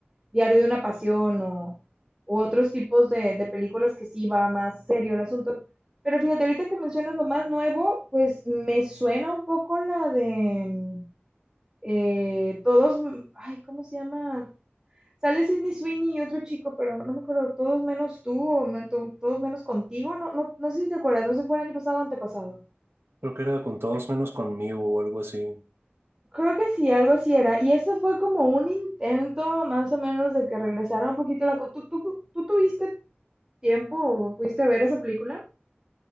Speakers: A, on the right; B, on the right.
A: Diario de una Pasión o, u otros tipos de, de películas que sí va más serio el asunto. Pero fíjate, ahorita que mencionas lo más nuevo, pues me suena un poco la de mm, eh, todos, m- ay, ¿cómo se llama? Sale Sidney Sweeney y otro chico, pero no me acuerdo, todos menos tú o me- to- todos menos contigo, no, no, no sé si te acuerdas, no sé si fue el año pasado o antepasado.
B: creo que era con todos menos conmigo o algo así.
A: Creo que sí, algo así era. Y esto fue como un intento más o menos de que regresara un poquito la... co- ¿Tú, tú, tú tuviste tiempo pudiste ver esa película?